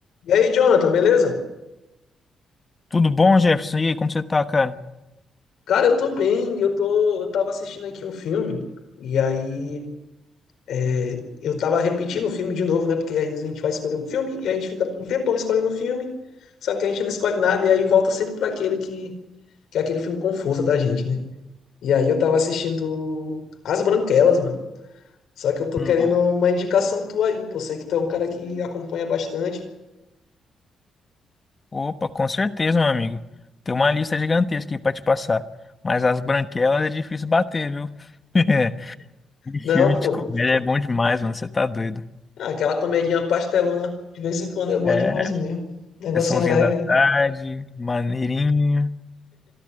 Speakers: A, on the left (about 75°); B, on the left (about 25°).
A: E aí, Jonathan, beleza?
B: Tudo bom, Jefferson? E aí, como você tá, cara?
A: Cara, eu tô bem. Eu tô, eu tava assistindo aqui um filme e aí é, eu tava repetindo o filme de novo, né? Porque aí a gente vai escolher um filme e a gente fica um tempão escolhendo o filme, só que a gente não escolhe nada e aí volta sempre pra aquele que, que é aquele filme conforto da gente, né? E aí eu tava assistindo As Branquelas, mano. Só que eu tô
B: Não.
A: querendo uma indicação tua aí, pô. Sei que tu é um cara que acompanha bastante.
B: Opa, com certeza, meu amigo. Tem uma lista gigantesca aí pra te passar. Mas as branquelas é difícil bater, viu? <laughs> E filme
A: Não, pô.
B: de comédia é bom demais, mano. Você tá doido.
A: Ah, Aquela comedinha pastelona de vez em quando é boa
B: É,
A: demais mesmo. Negocinho
B: sessãozinha
A: leve,
B: da
A: né?
B: tarde, maneirinho.